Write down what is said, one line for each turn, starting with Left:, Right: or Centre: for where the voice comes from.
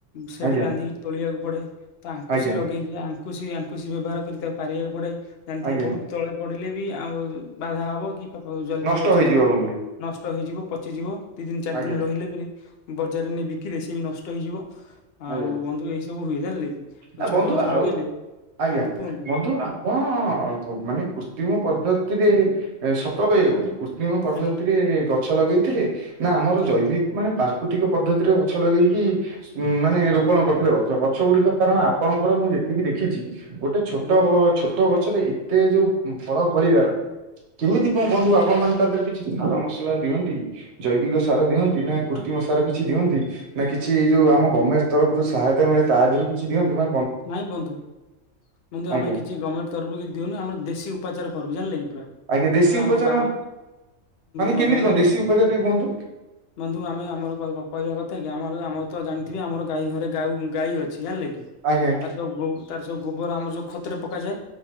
Left: ସେଠି
Right: ଆଜ୍ଞା
Left: ବାନ୍ଧିକି ତୋଳିବାକୁ ପଡ଼େ ତ ଆଙ୍କୁ ଙ୍କୁସୀ
Right: ଆଜ୍ଞା
Left: ଲଗେଇକି ଆଙ୍କୁସି ଆଙ୍କୁୁସିି ବ୍ୟବହାର କରି ତାକୁ ପାରିବାକୁ ପଡ଼େ ଜାଣିିଥିବେ
Right: ଆଜ୍ଞା
Left: ପଡ଼ୁ ତଳେ ପଡ଼ିଲେ ବି ଆଉ ବାଧା ହେବ କି ଜଲ୍ଦି
Right: ନଷ୍ଟ
Left: ପଚିଯିବ
Right: ହେଇଯିବ ବନ୍ଧୁ
Left: ନଷ୍ଟ ହେଇଯିବ ପଚିଯିବ। ଦି ଦିନ ଚାରି
Right: ଆଜ୍ଞା
Left: ଦିନ ରହିଲେ ପରେ ବଜାରରେ ନେଇ ବିକିଲେ ସିଏ ବି ନଷ୍ଟ ହେଇଯିବ
Right: ଆଜ୍ଞା
Left: ଆଉ ବନ୍ଧୁ ଏଇ ସ ସବୁ ହୁଏ ଜାଣିଲେ କି
Right: ଆ
Left: ଛୋଟ
Right: ବନ୍ଧୁ
Left: ଗଛ
Right: ଆଉ
Left: ଲଗେଇଲେ।
Right: ଆଜ୍ଞା
Left: ହଁ କୁହନ୍ତୁ
Right: ବନ୍ଧୁ ଆପଣ ମାନେ କୃତ୍ରିମ ପଦ୍ଧତିରେ ଏ ସତ କହିବେ ବନ୍ଧୁ। କୃତ୍ରିମ ପଦ୍ଧତିରେ
Left: ଆଜ୍ଞା
Right: ଗଛ ଲଗେଇଥିଲେ ନା ଆମର
Left: ଆଜ୍ଞା
Right: ଜୈବିକ ମାନେ ପ୍ରାକୃତିକ ପଦ୍ଧତିରେ ଗଛ ଲଗେଇକି ଉ ମାନେ ରୋପଣ କରିଥିଲେ ଗଛ ଗଛ ଗୁଡ଼ିକ କାରଣ ଆପଣଙ୍କର ମୁଁ ଯେ ତିକି ଦେଖିଛି ଗୋଟେ ଛୋଟ
Left: ଆଜ୍ଞା
Right: ଛୋଟ ଗଛରେ ଏତେ ଯୋଉ ଫଳ ଫଳିବାର କେମିତି କଣ ବନ୍ଧୁ ଆପଣ ମାନ ତାଦେହରେ କିଛି ସାର ମସଲା ଦିଅନ୍ତି ଜୈବିକ ସାର ଦିଅନ୍ତି। ନା କୁର୍ତ୍ତୀ ମସାର କିଛି ଦିଅନ୍ତି ନା କିଛି ଯୋଉ ଆମ ଗମେଣ୍ଟ ତରଫରୁ ସହାୟତା ମିଳେ ତା ଦେହରୁ କିଛି ଦିଅନ୍ତି ବା
Left: ନାଇଁ ବନ୍ଧୁ ବନ୍ଧୁ
Right: ଆଜ୍ଞା।
Left: ଆମେ କିଛି ଗମେଣ୍ଟ ତରଫରୁ କି ଦିଉନୁ ଆମର ଦେଶୀ ଉପଚାର କରୁ ଜାଣିଲେ କି? ପୁର
Right: ଆଜ୍ଞା ଦେଶୀ
Left: ପୁରା
Right: ଉପଚାର
Left: ଆମ ବା ମା ମା
Right: କେମିତି
Left: ମାନେ
Right: କଣ ଦେଶୀ ଉପଚାର ଟିକେ କୁହନ୍ତୁ
Left: ବନ୍ଧୁ ଆମେ ଆମର କହିବା କହିବା କଥା କି ଆମର ଆମ ତ ଜାଣିଥିବି ଆମର ଗାଈ ଘରେ ଗାଉ ଗାଈ ଅଛି ଜାଣିଲେ କି
Right: ଆଜ୍ଞା
Left: ତାର ସବୁ ଗୋ ତାର ସବୁ ଗୋବର ଆମର ଯେଉଁ ଖତରେ ପକାଯାଏ